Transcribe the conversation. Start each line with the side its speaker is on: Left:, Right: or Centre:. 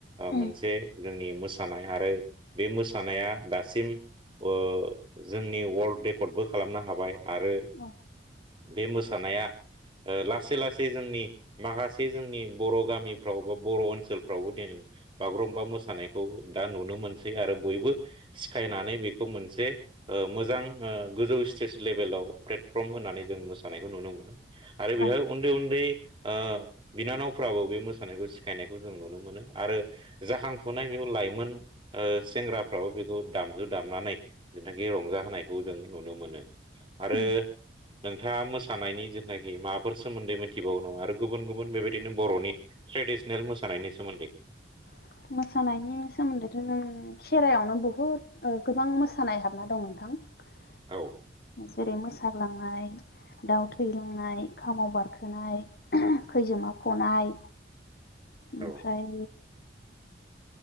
Left: उम
Right: मोनसे जोंनि मोसानाय आरो बे मोसानाया दासिम ओ जोंनि वर्ल्ड रेकर्डबो खालामनो हाबाय आरो
Left: औ
Right: बे मोसानाया लासै लासै जोंनि माखासे जोंनि बर' गामिफ्राव बा बर' ओनसोलफ्रावबो दिनै बागुरुम्बा मोसानायखौ दा नुनो मोनसै आरो बयबो सिखायनानै बेखौ मोनसे ओ मोजां गोजौ स्टेज लेभेलाव प्लेटफ्रम होननानै जों मोसानायखौ नु मोनो, नुनो मोनो आरो बेवहाय
Left: औ
Right: उन्दै-उन्दै ओ बिनानावफ्राबो बे मोसानायखौ सिखायनायखौ जों नुनो मोनो, आरो जाखांफुनाय बे लाइमोन ओ सेंग्राफ्राबो बेखौ दामो। बेखौ दामनानै जेनाखि रंजा होनायखौ जों नुनो मोनो, आरो
Left: उम
Right: नों नोंथांङा मोसानायनि जेथुनाखि माबाफोर सोमोन्दै मिथिबावो नामा आरो गुबुन गुबुन बेबायदिनो बर'नि ट्रेडिस'नेल, ट्रेडिस'नेल मोसानायनि सोमोन्दै,
Left: <inaudible> मोसानायनि सोमोन्दैथ' जों खेराइआवनो बुहुत गोबां मोसानाय हाबना दं नोंथां, नोंथां।
Right: औ
Left: जेरै मोसाग्लांनाय, दाउ थै लांनाय, खामाव बारखोनाय, खैजोमा फनाय,
Right: औ
Left: ओमफ्राय